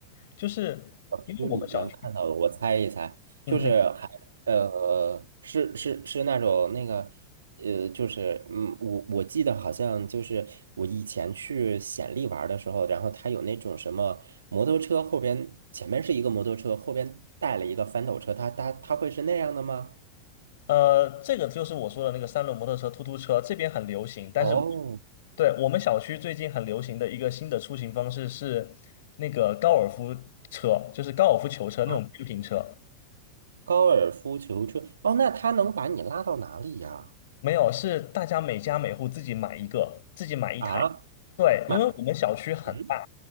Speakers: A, on the left; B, on the right.
A: 就是因为我们小区，
B: 小区里边看到的，我猜一猜，
A: 嗯，
B: 就是还呃，
A: 你
B: 是是是那种那个呃，就是嗯，我我记得好像就是我以前去显利玩儿的时候，然后他有那种什么摩托车后边前面是一个摩托车，后边带了一个翻斗车，他他他会是那样的吗？
A: 呃，这个就是我说的那个三轮摩托车、突突车，这边很流行，但是
B: 哦，
A: 对我们小区最近很流行的一个新的出行方式是那个高尔夫车，就是高尔夫球车那种电瓶车，
B: 好，高尔夫球车，哦，那他能把你拉到哪里呀？
A: 没有，是大家每家每户自己买一个，自己买一台。
B: 啊，
A: 对，
B: 买，
A: 因为我们小区很大，
B: 嗯，